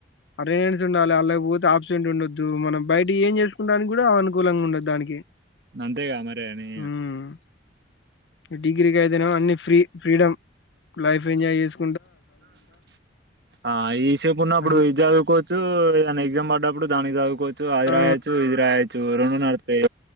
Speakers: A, on the left; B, on the right.
A: అటెండెన్స్ ఉండాలి అ లేకపోతే ఆబ్సెంట్ ఉండొద్దు మనం బయట ఏం చేసుకుండానికి కూడా అనుకూలంగా ఉండదు దానికి
B: అంతేగా మరే ని
A: హ్మ్ డిగ్రీకి అయితే నేమో అన్ని ఫ్రీ ఫ్రీడమ్ లైఫ్ ఎంజాయ్ చేస్త
B: ఆ ఇంత సేపు ఉన్నప్పుడు
A: అన్ని
B: ఇది చదువుకో చు ఎద్దన్న ఎగ్జామ్ పడ్డప్పుడు దానికి చదువుకోవచ్చు అది
A: ఆ
B: రాయచ్చు ఇది రాయొచ్చు రెండు నడుస్తాయి